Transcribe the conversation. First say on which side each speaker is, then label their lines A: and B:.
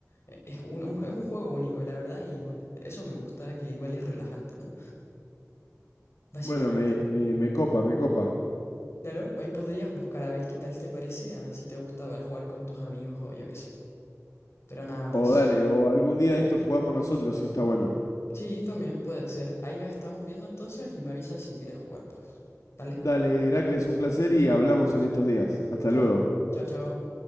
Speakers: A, on the left; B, on the left.
A: E- Es un, un- es un juego único, la verdad, y pues eso me gusta, que igual es relajante, ¿no? Básicamente.
B: Bueno, me, me, me copa, me copa.
A: Claro, ahí podrías buscar a ver qué tal te parece, a ver si te gusta para jugar con tus amigos o yo qué sé. Pero nada, pues
B: O dale, o algún día de estos jugamos nosotros si está bueno.
A: sí, también puede ser. Ahí nos estamos viendo entonces y me avisas si quieres jugar, pues. ¿Vale?
B: Dale, Heracles, un placer y hablamos en estos días. Hasta
A: Chao,
B: luego.
A: chao, chao.